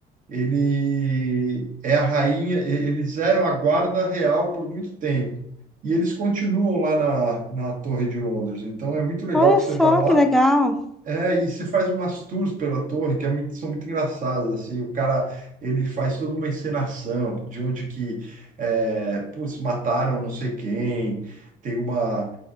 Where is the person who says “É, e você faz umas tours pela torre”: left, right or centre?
Right